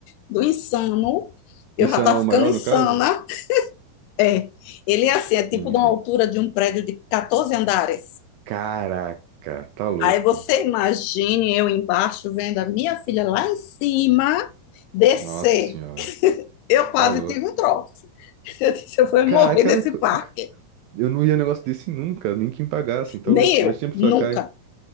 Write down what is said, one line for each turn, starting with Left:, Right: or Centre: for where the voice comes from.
Left: do insano. Eu
Right: Insana
Left: já tá
Right: é o
Left: ficando
Right: maior,
Left: insana.
Right: no caso?
Left: É. Ele é assim, é tipo
Right: Entendi.
Left: de uma altura de um prédio de 14 andares.
Right: Caraca, tá louco.
Left: Aí você imagine eu embaixo vendo a minha filha lá em cima descer.
Right: Nossa senhora,
Left: Eu quase
Right: tá louco.
Left: tive um troço. <laughs> Eu disse, eu vou
Right: Caraca,
Left: morrer nesse
Right: era co-
Left: parque.
Right: eu não ia negócio desse nunca, nem quem pagasse, tá
Left: Nem
Right: louco.
Left: eu,
Right: Mas a pessoa
Left: nunca,
Right: que cai.